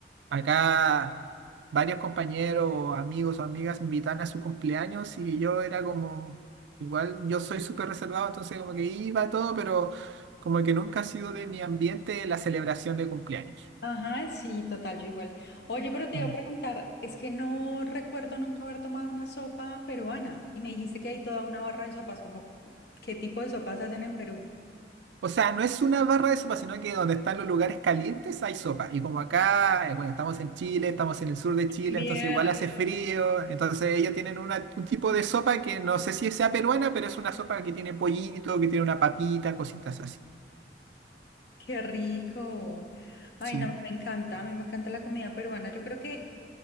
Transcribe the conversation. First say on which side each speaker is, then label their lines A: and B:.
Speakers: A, on the right; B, on the left.
A: acá varios compañeros, o amigos o amigas me invitan a su cumpleaños y yo era como, igual, yo soy súper reservado, entonces como que iba a todo, pero como que nunca ha sido de mi ambiente la celebración de cumpleaños.
B: Ajá, sí, total, yo igual. Oye, pero te
A: Mm.
B: iba a preguntar, es que no recuerdo nunca haber tomado una sopa peruana y me dijiste que hay toda una barra de sopas, como, ¿qué tipo de sopas hacen en Perú?
A: O sea, no es una barra de sopa, sino que donde están los lugares calientes hay sopa. Y como acá, eh, bueno, estamos en Chile, estamos en el sur de Chile,
B: Bien,
A: entonces igual hace frío. Entonces ellos tienen una- un tipo de sopa que no sé si sea peruana, pero es una sopa que tiene pollito, que tiene una papita, cositas así.
B: Qué rico. Ay,
A: Sí,
B: no, me encanta, a mí me encanta la comida peruana. Yo creo que